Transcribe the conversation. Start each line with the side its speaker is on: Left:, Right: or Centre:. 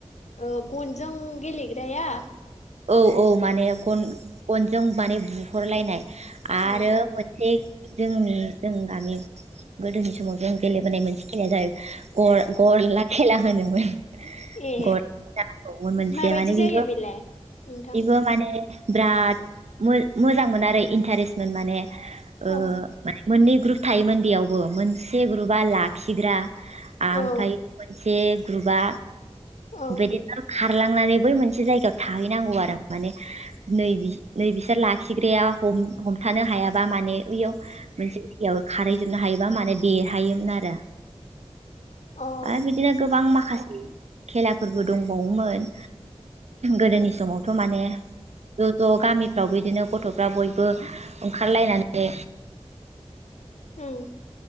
Left: ओ गनजों गेलेग्राया
Right: औ औ माने गन गनजों माने बुहरलायनाय। आरो
Left: उम उम
Right: मोनसे जोंनि जों गामि गोदोनि समाव जों गेलेबोनाय मोनसे खेलाया जाहै गर गरला खेला होनोमोन।
Left: ए
Right: गर <inaudible> मोनसेया
Left: माबायदि
Right: माने
Left: जायो
Right: बेबो
Left: बेलाय नोंथां
Right: बेबो माने बिराद मोजांमोन आरो इन्टारेस्टमोन माने ओ
Left: औ
Right: माने मोननै ग्रुप थायोमोन बेयावबो मोनसे ग्रुपआ लाखिग्रा आमफ्रायो
Left: औ
Right: मोनसे ग्रुपआ
Left: औ
Right: बिदिनो खारलांनानै बै मोनसे जायगायाव थाहैनांगौ आरो माने नै बिस नै बिसोर लाखिग्राया हम-हमथानो हायाबा माने ओइयाव मोनसेयाव खारहैजोबनो हायोबा माने देरहायोमोन आरो।
Left: औ
Right: आरो बिदिनो गोबां माखासे खेलाफोरबो दंबावोमोन गोदोनि
Left: अ ओं
Right: समावथ' माने ज' ज' गामिफ्राव बिदिनो गथ'फ्रा बयबो ओंखारलायनानै
Left: उम